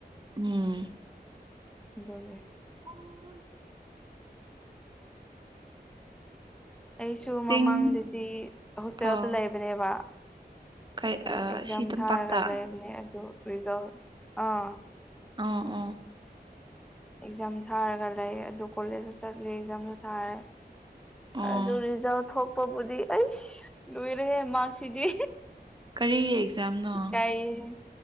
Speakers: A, on the right; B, in the centre.
A: ꯎꯝ
B: ꯑꯗꯨꯒꯤ
A: <inaudible>
B: ꯑꯩꯁꯨ ꯃꯃꯥꯡꯗꯗꯤ
A: ꯆꯤꯡ
B: ꯍꯣꯁꯇꯦꯜꯗ
A: ꯑꯣ
B: ꯂꯩꯕꯅꯦꯕ
A: ꯀꯩ
B: ꯑꯗꯨ
A: ꯑ,
B: ꯑꯦꯛꯖꯥꯝ
A: ꯁꯤ ꯇꯝꯄꯥꯛꯇ
B: ꯊꯥꯔꯒ ꯂꯩꯕꯅꯦ ꯑꯗꯨ ꯔꯤꯖꯜ ꯑꯥ
A: ꯑ ꯑꯣ
B: ꯑꯦꯛꯖꯥꯝ ꯊꯥꯔꯒ ꯂꯩ ꯑꯗꯨ ꯀꯣꯂꯦꯖꯁꯨ ꯆꯠꯂꯤ ꯑꯦꯛꯖꯥꯝꯁꯨ ꯊꯥꯔꯦ
A: ꯑꯣ
B: ꯑꯗꯨ ꯔꯤꯖꯜ ꯊꯣꯛꯄꯕꯨꯗꯤ ꯑꯩꯁ ꯂꯨꯏꯔꯦꯍꯦ ꯃꯥꯛꯁꯤꯗꯤ
A: ꯀꯔꯤꯒꯤ ꯑꯦꯛꯖꯥꯝꯅꯣ
B: ꯏꯀꯥꯏꯌꯦꯍꯦ